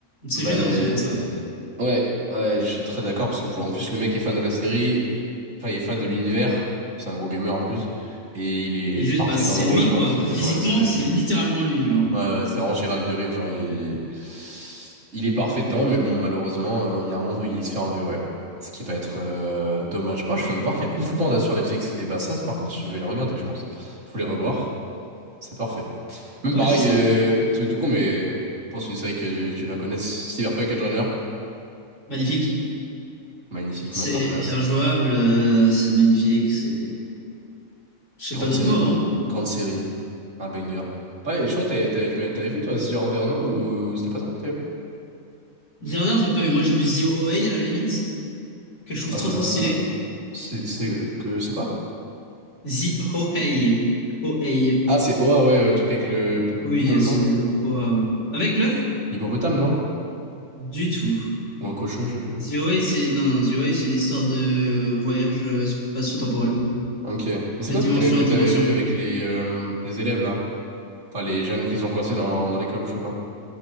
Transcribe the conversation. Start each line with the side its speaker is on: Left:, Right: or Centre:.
Left: C'est
Right: Bah
Left: gênant
Right: euh,
Left: s'ils font ça.
Right: ouais, ouais, je suis très d'accord parce que pour en plus le mec est fan de la série, enfin il est fan de l'univers, c'est un gros gamer en plus et il est
Left: Et
Right: parfait
Left: juste, bah, c'est
Right: dans le rôle,
Left: lui,
Right: genre
Left: quoi.
Right: c'est
Left: Physiquement,
Right: ouais, c'est
Left: c'est littéralement lui, genre.
Right: Ouais, ouais, c'est vraiment Gérald Derive, genre il... il est parfait dedans, mais bon, malheureusement, euh, il y a un monde où il se fait enlever, ouais. Ce qui va être euh, dommage. Oh, je viens de voir qu'il y a Kung Fu Panda sur Netflix. Et ben ça, par contre, je vais le regarder, je pense. Je voulais revoir, c'est parfait. Même
Left: Ouais,
Right: pareil,
Left: c'est sympa.
Right: euh, truc tout con, mais je pense une série que tu la connais, Cyberpunk Edgerunner.
Left: Magnifique.
Right: Magnifique
Left: C'est
Right: masterclass.
Left: injouable, euh, c'est magnifique, c'est... Je sais
Right: Grande
Left: pas d'autres
Right: série,
Left: mots, hein.
Right: grande série, un banger. Pareil, je crois que t'avais t'avais- tu m'avais- t'avais vu toi The Order, non? Ou, ou c'était pas ça que t'avais... pas?
Left: Dishardeur, j'ai pas vu. Moi, j'ai vu The Ohei à la limite, que je trouve
Right: Euh,
Left: trop trop stylé.
Right: c'est c'est que c'est quoi?
Left: The Ohei. Ohei.
Right: Ah, c'est Oa, ouais, euh, le truc avec le hippopotame,
Left: Oui, the...
Right: non?
Left: le- oh, ah ouais. Avec le?
Right: L'hippopotame, non?
Left: Du tout.
Right: Ou un cochon, je sais plus.
Left: The Ohei, c'est... Non, non, The Ohei, c'est une histoire de voyage euh, spatio-temporel.
Right: Ok. Mais c'est
Left: De
Right: quoi
Left: dimension
Right: que t'avais que
Left: en dimension.
Right: t'avais vu avec les, euh, les élèves, là? Enfin, les jeunes qu'ils ont coincés dans, dans l'école, ou je sais pas quoi.